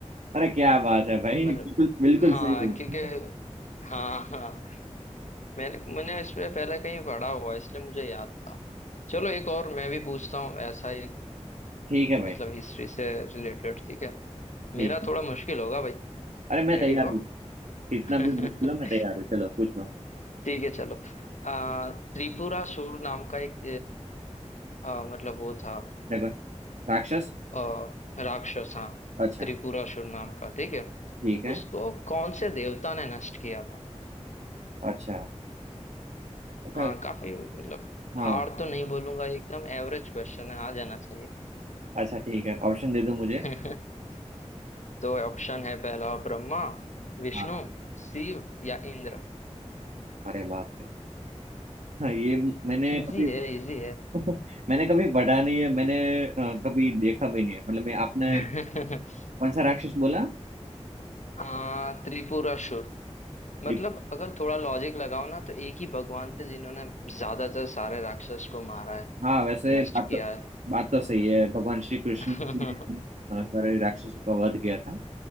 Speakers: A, on the right (about 85°); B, on the left (about 80°).
A: अरे क्या बात है भाई
B: मतलब
A: बिल्कुल बिल्कुल
B: हाँ
A: सही है
B: क्योंकि हाँ हाँ मैंने मैंने इस पे पहले कहीं पढ़ा हुआ है, इसलिए मुझे याद था चलो एक और मैं भी पूछता हूँ ऐसा एक
A: ठीक है
B: मतलब
A: भाई
B: हिस्ट्री से रिलेटेड ठीक है
A: ठीक
B: मेरा
A: है
B: थोड़ा मुश्किल होगा भाई
A: अरे मैं
B: रेडी
A: तैयार
B: हो
A: हूँ जितना
B: <laughs>
A: भी मुश्किल हो मैं तैयार हूँ चलो पूछो
B: ठीक है चलो आ, त्रिपुरा सुर नाम का एक आ, मतलब वो था
A: देखो राक्षस
B: आ, राक्षस हाँ
A: अच्छा
B: त्रिपुरा सुर नाम का ठीक है
A: ठीक है
B: उसको कौन से देवता ने नष्ट किया था
A: अच्छा अच्छा
B: हाँ काफी मतलब
A: हाँ
B: हार्ड तो नहीं बोलूंगा एकदम एवरेज क्वेश्चन है आ जाना चाहिए
A: अच्छा ठीक है ऑप्शन दे दो मुझे
B: <laughs> तो ऑप्शन है पहला ब्रह्मा विष्णु
A: हाँ
B: शिव या इंद्र
A: अरे बाप रे हाँ ये म- मैंने
B: इजी
A: कभी
B: है इजी है
A: <laughs> मैंने कभी पढ़ा नहीं है मैंने अ, कभी देखा भी नहीं है मतलब मैं आपने
B: <laughs>
A: कौन सा राक्षस बोला
B: आ, त्रिपुरासुर
A: त्रिप-
B: मतलब अगर थोड़ा लॉजिक लगाओ ना तो एक ही भगवान थे जिन्होंने ज्यादातर सारे राक्षस को मारा है
A: हाँ वैसे
B: नष्ट
A: बात
B: किया
A: तो
B: है
A: बात तो सही है भगवान श्री कृष्ण
B: <laughs>
A: ने अ, सारे राक्षसों का वध किया था